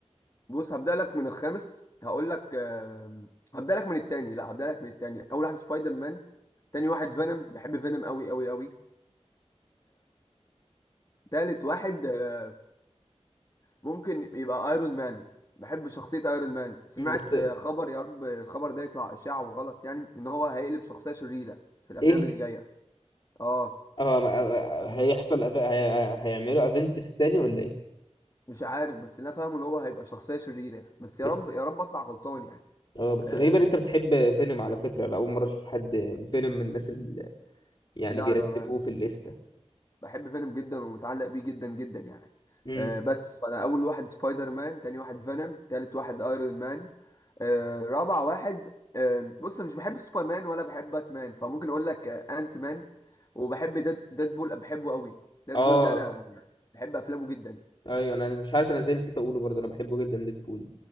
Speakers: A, on the left; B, on the left.
A: بص هبدأ لك من الخامس هقول لك آه هبدأ لك من التاني لا هبدأ لك من التاني اول واحد سبايدر مان تاني واحد فينوم بحب فينوم قوي قوي قوي تالت واحد آه، ممكن يبقى ايرون مان بحب شخصية ايرون مان سمعت
B: مم، بس
A: آه، خبر يا رب الخبر ده يطلع اشاعة وغلط يعني ان هو هيقلب شخصية شريرة في الافلام
B: ايه
A: اللي جاية اه
B: اه ما- آه، آه، هيحصل أف... هي... هيعملوا افنجرز تاني ولا ايه
A: مش عارف بس اللي انا فاهمه ان هو هيبقى شخصية شريرة بس يا
B: بس
A: رب يا رب اطلع غلطان يعني
B: اه بس
A: آه
B: غريبا انت بتحب فينوم على فكره انا اول مره اشوف حد فينوم من الناس اللي يعني
A: لا
B: بيرتبوه
A: انا
B: في الليسته
A: بحب فينوم جدا ومتعلق بيه جدا جدا يعني
B: امم
A: آه مم. بس فانا اول واحد سبايدر مان تاني واحد فينوم تالت واحد ايرون مان آه رابع واحد آه بص مش بحب سوبر مان ولا بحب باتمان فممكن اقول لك آه انت مان وبحب ديد ديدبول بحبه قوي ديدبول
B: اه
A: ده انا بحب افلامه جدا
B: ايوه انا مش عارف انا ازاي نسيت اقوله برضه انا بحبه جدا ديدبول